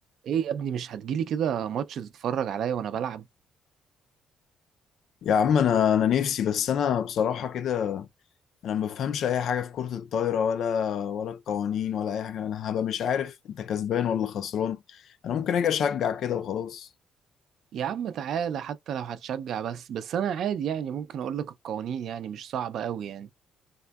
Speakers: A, on the right; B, on the left.
A: ايه يا ابني مش هتجيلي كده ماتش تتفرج عليا وانا بلعب
B: يا عم انا انا نفسي بس انا بصراحه كده انا ما بفهمش اي حاجه في كره الطايره ولا ولا القوانين ولا اي حاجه انا هبقى مش عارف انت كسبان ولا خسران انا ممكن اجي اشجع كده وخلاص
A: يا عم تعالى حتى لو هتشجع بس بس انا عادي يعني ممكن اقول لك القوانين يعني مش صعبة قوي يعني